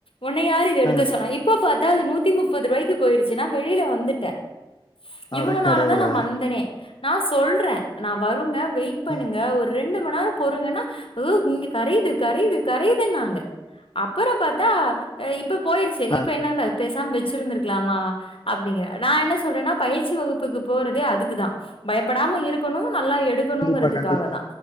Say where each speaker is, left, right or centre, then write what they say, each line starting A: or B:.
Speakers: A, on the left; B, on the left.
A: உன்னை யார் இத எடுக்க
B: ஆ
A: சொன்னா இப்ப பாத் த்தா அது நூத்தி முப்பது ரூவாய்க்கு போயிடுச்சு நா வெளியில வந்துட்டேன் இவங்கனாலதா
B: அடக்கடவுளே
A: நான் வந்தனே நான் சொல்றேன் நா வருங்க வெயிட் பண்ணுங்க
B: ம்
A: ஒரு ரெண்டு ம் <unintelligible> நேரம் பொருங்கன்னா உஹ் இங்க கரையுது கரையுது கரையுதுன்னாங்க அப்பறம் பாத்தா இப்ப போயிருச்சு
B: ஆ
A: இப்ப என்னான்ட பேசாம வெச்சிருந்திருக்லாமா அப்டிங்க நா என்ன சொல்றன்னா பயிற்சி வகுப்புக்கு போறதே அதுக்குதா பயப்படாம இருக் கணு நல்லா எடுக்கணுங்கறதுக்காகதா
B: கண்டிப்பா கண்டிப்பா